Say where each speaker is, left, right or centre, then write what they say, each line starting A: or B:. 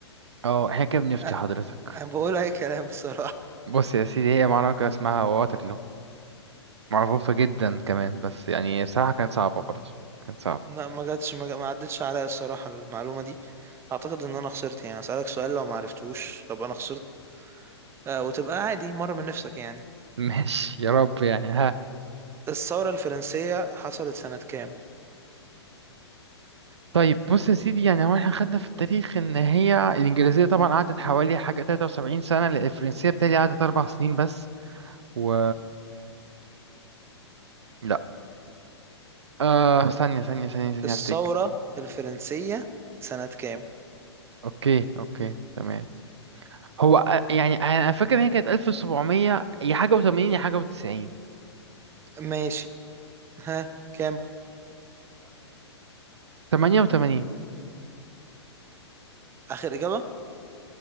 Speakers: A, on the right; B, on the right.
A: اه احنا كده بنفتي
B: أ-
A: حضرتك
B: أنا بقول أي كلام الصراحة
A: بص يا سيدي هي معركة اسمها واترلو معروفة جدا كمان بس يعني بصراحة كانت صعبة برضه كانت صعبة
B: لا ما جاتش ما جا- ما عدتش عليا الصراحة المعلومة دي اعتقد ان انا خسرت يعني اسألك سؤال لو ما عرفتوش ابقى انا خسرت آه وتبقى عادي مرة من نفسك يعني
A: ماشي يا رب يعني ها
B: الثورة الفرنسية حصلت سنة كام
A: طيب بص يا سيدي يعني هو احنا خدنا في التاريخ ان هي الانجليزيه طبعا قعدت حوالي حاجه 73 سنه الفرنسيه بتاعي قعدت اربع سنين بس و لا آه ثانيه ثانيه ثانيه ثانيه
B: الثورة
A: افتكر
B: الفرنسية سنة كام
A: اوكي اوكي تمام هو آه، يعني انا فاكر ان هي كانت 1700 يا حاجه و80 يا حاجه و90
B: ماشي ها كام
A: 88
B: اخر اجابة